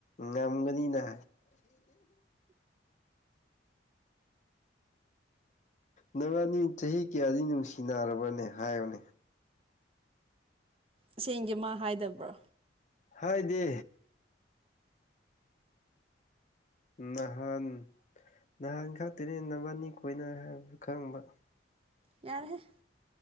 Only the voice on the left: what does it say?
ꯉꯝꯒꯅꯤꯅ ꯅꯕꯅꯤ ꯆꯍꯤ ꯀꯌꯥꯗꯤ ꯅꯨꯡꯁꯤꯅꯔꯕꯅꯦ ꯍꯥꯏꯌꯨꯅꯦ
ꯍꯥꯏꯗꯦ ꯅꯍꯥꯟ ꯅꯍꯥꯟ ꯈꯛꯇꯅꯤ ꯅꯥꯕꯅꯤ ꯀꯣꯏꯅꯩ ꯍꯥꯏꯕꯁꯨ ꯈꯪꯕ